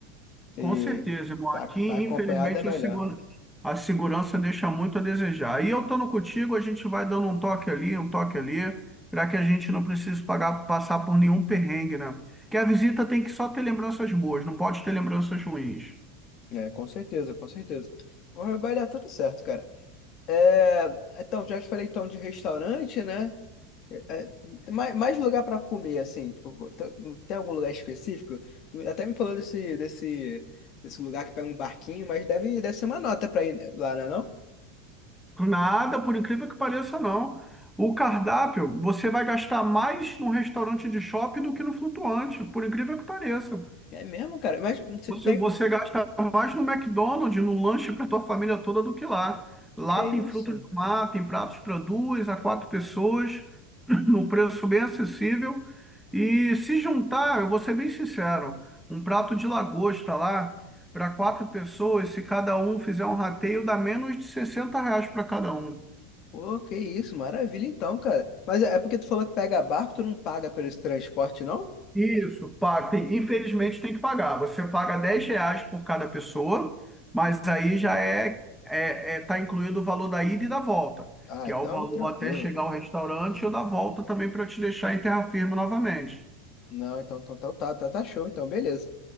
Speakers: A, on the left (about 50°); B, in the centre.
A: E
B: Com certeza, irmão.
A: tá,
B: Aqui,
A: tá acompanhado
B: infelizmente,
A: é melhor.
B: a segura- a segurança deixa muito a desejar. E eu estando contigo, a gente vai dando um toque ali, um toque ali, para que a gente não precise pagar- passar por nenhum perrengue, né? Que a visita tem que só ter lembranças boas, não pode ter lembranças ruins.
A: É, com certeza, com certeza. Mas Vai dar tudo certo, cara. É, então, já te falei então de restaurante, né? É, é, mais, mais lugar para comer, assim, tipo, tem tem algum lugar específico? Tu até me falou desse, desse, desse lugar que pega um barquinho, mas deve, deve ser uma nota para ir lá, não é não?
B: Nada, por incrível que pareça, não. O cardápio, você vai gastar mais num restaurante de shopping do que no flutuante, por incrível que pareça.
A: É mesmo, cara? Mas você
B: Você,
A: tem...
B: você gasta mais no McDonald's, no lanche para tua família toda do que lá. Lá
A: Que isso?
B: tem frutos do mar, tem pratos para duas a quatro pessoas, <clears throat> no preço bem acessível. E se juntar, eu vou ser bem sincero, um prato de lagosta lá para quatro pessoas, se cada um fizer um rateio, dá menos de 60 reais para cada um.
A: Pô, que isso, maravilha então, cara. Mas é é por tu falou que pega barco, tu não paga por esse transporte, não?
B: Isso, paga. Tem- infelizmente tem que pagar. Você paga 10 reais por cada pessoa, mas aí já é, é, é- tá incluído o valor da ida e da volta,
A: Ah,
B: que
A: então
B: é o valor
A: tranquilo.
B: até chegar ao restaurante ou da volta também para te deixar em terra firme novamente.
A: Não, então, então, então tá, tá, tá show, então beleza.